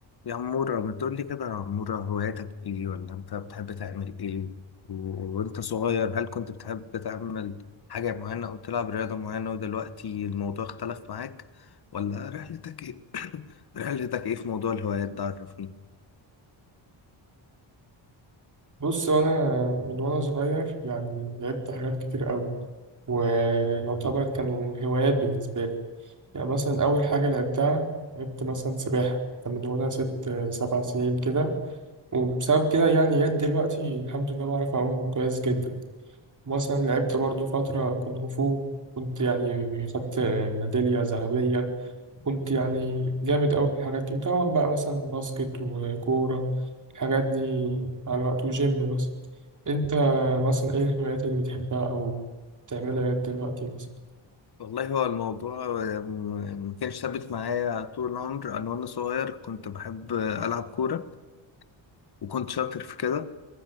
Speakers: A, on the left; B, on the right.
A: يا عمورة ما تقول لي كده يا عمورة هواياتك ايه ولا انت بتحب تعمل ايه و... وانت صغير هل كنت بتحب تعمل حاجة معينة او تلعب رياضة معينة ودلوقتي الموضوع اختلف معاك ولا رحلتك ايه <coughs> رحلتك ايه في موضوع الهوايات ده عرفني
B: بص انا من وانا صغير يعني لعبت حاجات كتير قوي ويعتبر كانوا هوايات بالنسبه لي يعني مثلا اول حاجه لعبتها لعبت مثلا سباحه كان من وانا ست سبع سنين كده وبسبب كده يعني لغايه دلوقتي الحمد لله بعرف اعوم كويس جدا مثلا لعبت برضو فتره كونغ فو كنت يعني خدت ميداليه ذهبيه كنت يعني جامد أوي في الحاجات دي وطبعا بقى مثلا باسكت وكورة الحاجات دي مع الوقت وجيم مثلا أنت مثلا إيه الهوايات اللي بتحبها أو بتعملها لغاية دلوقتي مثلا؟
A: والله هو الموضوع م- ما كانش ثابت معايا طول العمر انا وانا صغير كنت بحب العب كورة وكنت شاطر في كده